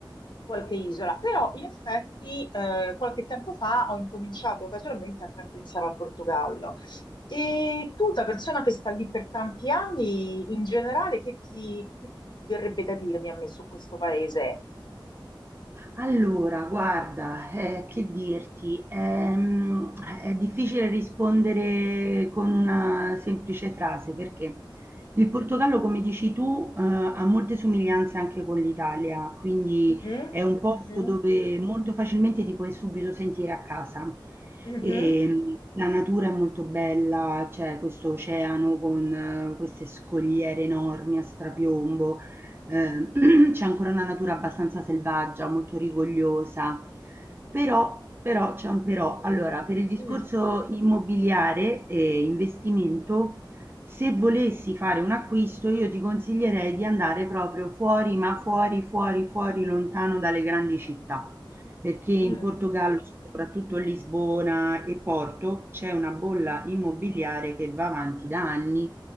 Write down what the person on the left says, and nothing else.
qualche isola, però in effetti eh, qualche tempo fa ho incominciato casualmente anche a pensare al Portogallo. E tu, da persona che sta lì per tanti anni, in generale, che ti, che ti verrebbe da dirmi a me su questo paese?
Mhm,
mhm,
mhm.
Guarda
Che bello.
Mm,
mm.
Mm.